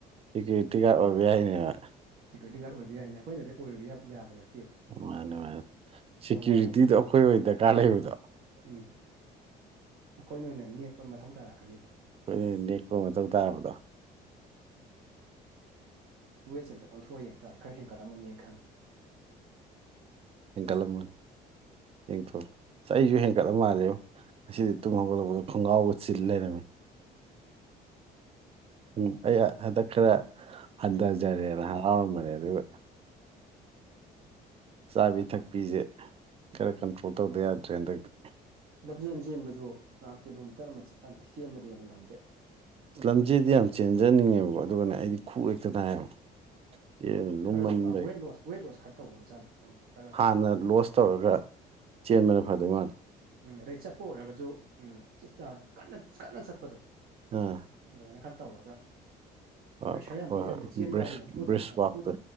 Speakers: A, on the right; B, on the right.
A: <unintelligible> ꯑꯣꯏꯕ ꯌꯥꯏꯅꯦꯕ
B: ꯁꯦꯀꯨꯔꯤꯇꯤ ꯒꯥꯔꯗ ꯑꯣꯏꯕ ꯌꯥꯏꯅꯦ ꯑꯩꯈꯣꯏꯗꯤ ꯑꯣꯏꯕꯤ ꯌꯥꯝ ꯌꯥꯕꯅ
A: ꯃꯥꯅꯦ ꯃꯥꯅꯦ ꯁꯦꯀ꯭ꯌꯨꯔꯤꯇꯤꯗꯣ
B: ꯋꯥꯏꯑꯦꯕ
A: ꯑꯩꯈꯣꯏ ꯑꯣꯏ ꯗꯔꯀꯥꯔ ꯂꯩꯕꯗꯣ
B: ꯎꯝ ꯑꯩꯈꯣꯏꯅ ꯑꯣꯏꯅ ꯅꯦꯛꯄ ꯃꯊꯧ ꯇꯥꯔꯛꯀꯅꯦꯕ
A: ꯑꯩꯈꯣꯏꯅ ꯅꯦꯛꯄ ꯃꯊꯧ ꯇꯥꯕꯗꯣ
B: ꯋꯦꯠꯁ ꯑꯝꯇ ꯑꯣꯟꯊꯣꯛꯑ ꯌꯦꯡ ꯇꯥꯔꯦ ꯈꯔ ꯍꯦꯟꯀꯠꯂꯝꯃꯅꯤ ꯑꯩ ꯈꯪꯉꯦ
A: ꯍꯦꯟꯀꯠꯂꯝꯃꯅꯤ ꯌꯦꯡꯊꯣꯛꯑꯣ ꯑꯩꯁꯨ ꯍꯦꯟꯀꯠꯂ ꯃꯥꯜꯂꯦ ꯉꯁꯤꯗꯤ ꯇꯨꯝ ꯍꯧꯒꯠꯂꯛꯄꯗ ꯈꯪꯒ꯭ꯔꯥꯎꯒ ꯆꯤꯜ ꯂꯩꯔꯝꯃꯤ ꯎꯝ ꯑꯩ ꯑ ꯍꯟꯗꯛ ꯈꯔ ꯍꯟꯊꯖꯔꯦꯅ ꯍꯔꯥꯎꯔꯝꯕꯅꯦ ꯑꯗꯨꯒ ꯆꯥꯕꯤ ꯊꯛꯄꯤꯖꯦ ꯈꯔ ꯀꯟꯇ꯭ꯔꯣꯜ ꯇꯧꯗ ꯌꯥꯗ꯭ꯔꯦ ꯍꯟꯗꯛꯇꯤ
B: ꯂꯝꯖꯦꯟ ꯆꯦꯟꯕꯖꯨ ꯑ ꯀꯤꯂꯣꯃꯤꯇꯔ ꯑꯃ ꯐꯗꯦ ꯆꯦꯟꯕꯗꯩ ꯍꯦꯟꯅ ꯉꯝꯗꯦ
A: ꯂꯝꯖꯦꯟꯗꯤ ꯌꯥꯝ ꯆꯦꯟꯖꯅꯤꯡꯉꯦꯕꯀꯣ ꯑꯗꯨꯒꯅꯦ ꯑꯩꯗꯤ ꯈꯨ ꯍꯦꯛꯇ ꯍꯥꯏꯌꯦꯕ ꯑꯦꯟ ꯂꯨꯝꯃꯟꯕꯩ
B: ꯈꯔ ꯋꯦꯠ ꯂꯣꯁ ꯋꯦꯠ ꯂꯣꯁ ꯈꯔ ꯇꯧꯕ ꯑꯃ ꯆꯪꯉꯦ ꯅꯪꯗꯣ ꯈꯔ
A: ꯍꯥꯟꯅ ꯂꯣꯁ ꯇꯧꯔꯒ ꯆꯦꯟꯕꯅ ꯐꯗꯣꯏ ꯃꯥꯟꯂꯦ
B: ꯎꯝ ꯑꯗꯩ ꯆꯠꯄ ꯑꯣꯏꯔꯒꯖꯨ ꯎꯝ ꯆꯤꯠ ꯆꯥ ꯀꯟꯅ ꯀꯟꯅ ꯆꯠꯄꯗꯣ
A: ꯑꯥ
B: ꯑꯗꯨꯃꯥꯏꯅ ꯈꯔ ꯇꯧꯔꯒ
A: ꯍꯣꯏ
B: ꯄ꯭ꯔꯦꯁꯔ ꯌꯥꯝ
A: ꯍꯣꯏ
B: ꯄꯤꯗꯕꯤꯗ
A: ꯍꯣꯏ
B: ꯆꯦꯟꯕ
A: ꯕ꯭ꯔꯤꯁ
B: ꯑꯖꯤꯅ ꯈꯨꯗ
A: ꯕ꯭ꯔꯤꯁ
B: ꯑ‌
A: ꯋꯥꯛꯇ
B: ꯈꯨꯗ